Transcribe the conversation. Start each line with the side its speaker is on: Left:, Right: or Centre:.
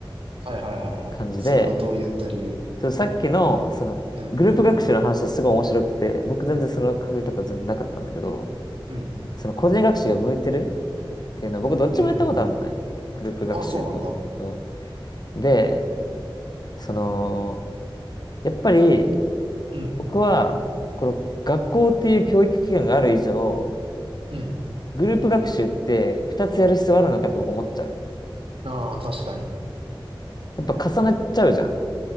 Right: はいはいはいはい。
Left: 感じで、
Right: それはどういった理由
Left: そのさっきの、その、
Right: うん、
Left: グループ学習の話はすごい面白くて、僕全然その考え方は全然なかったんだけど、
Right: うん、
Left: その個人学習が向いてるっていうの、僕どっちもやったことあるのね。
Right: うん、うん。
Left: グループ学習と。
Right: あ、そうなんだ。
Left: とで、その、やっぱり
Right: うん、
Left: 僕は、この学校っていう教育機関がある以上、
Right: うん。
Left: グループ学習って2つやる必要あるのかって僕思っちゃう。
Right: ああ、確かに。
Left: やっぱ重ねちゃうじゃん。